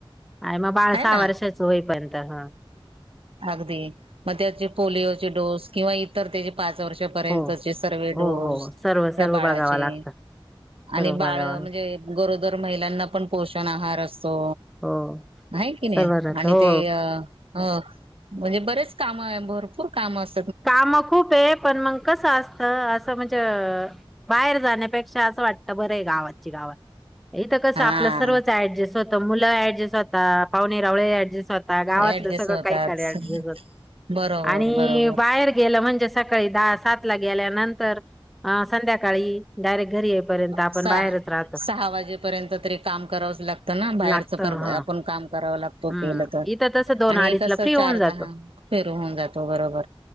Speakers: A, in the centre; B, on the right.
A: आणि मग बाळ
B: आहे
A: सहा
B: ना
A: वर्षाच होईपर्यंत ह
B: अगदी मग त्याचे पोलिओचे डोस किंवा इतर त्याचे पाच वर्षापर्यंतचे
A: हो
B: सर्वे
A: हो
B: डोस
A: हो सर्व सर्व
B: ह बाळाचे
A: बघावं लागतं सर्व
B: आणि बाळ
A: बघावं लागतं
B: म्हणजे गरोदर महिलांना पण पोषण आहार असत तो
A: हो
B: आहे की नाही
A: सर्व राहतं
B: आणि
A: हो
B: ते अ ह म्हणजे बरेच काम आहे भरपूर काम असत
A: काम खूप आहे पण मग कसं असतं असं म्हणजे बाहेर जाण्यापेक्षा असं वाटत बरं आहे गावाची गावात इ तर कसं
B: हा
A: आपलं सर्वच ऍडजस्ट होत मुलं ऍडजस्ट होता पाहुणेरावळे ऍडजस्ट होता ता गावातलं
B: ऍडजस्ट
A: सगळं
B: होतात
A: काही के
B: बरोबर
A: आणि
B: बरोबर
A: बाहेर गे म्हणजे सकाळी दहा सात ला गेल्यानंतर संध्याकाळी डायरेक् र्यंत आपण
B: सहा
A: बाहेरच राह
B: सहा वाजेपर्यंत तरी काम करावंच लागतं ना बाहेरच
A: लागतं हां,
B: आपण काम करावं लागत तो
A: हं.
B: केलं तर
A: इथं तसं
B: आणि एकस
A: फ्री होऊन
B: चार
A: जातं.
B: दहा फेर होन जातो बरोबर